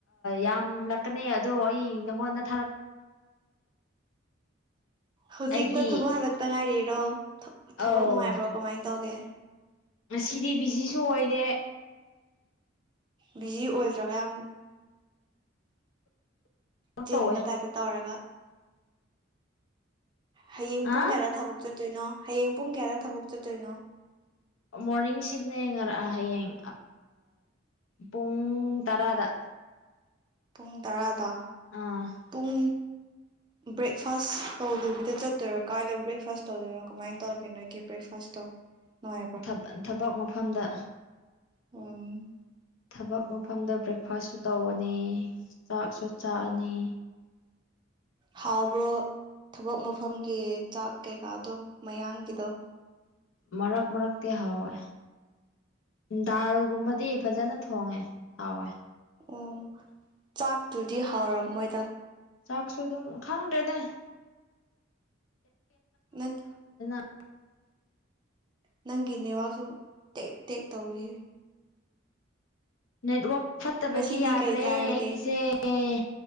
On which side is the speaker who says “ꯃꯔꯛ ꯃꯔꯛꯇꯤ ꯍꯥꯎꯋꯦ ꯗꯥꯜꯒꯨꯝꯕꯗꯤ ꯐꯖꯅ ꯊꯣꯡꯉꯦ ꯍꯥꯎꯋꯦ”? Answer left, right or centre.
Left